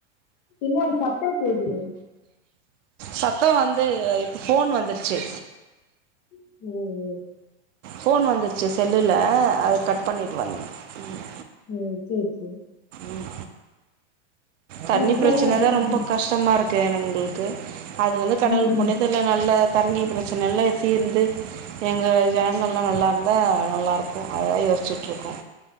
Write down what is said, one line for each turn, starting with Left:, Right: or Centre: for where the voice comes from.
Left: பின்னாடி சத்தோ கேக்குது
Right: சத்தோ வந்து இப் போன் வந்துருச்சு
Left: ம் ம்
Right: போன் வந்துச்சு செல்லுல அத கட் பண்ணிட்டு வந்தே ம்
Left: ம் செரி செரி
Right: ம் தண்ணி
Left: ம் சொல்லுங்க
Right: பிரச்சன
Left: புரியுது.
Right: தா ரொம்ப கஷ் டமா இருக்கு எங்களுக்கு அது வந்து கடவுள்
Left: ம்
Right: புண்ணியத்
Left: ம்.
Right: துல நல்ல தண்ணி பிரச்சன எல்லா தீர்ந்து எங்க ஜனங்கல்லா நல்லா இருந்தா நல்லா இருக்கு அதா யோசிச்சுட்டு இருக்கோ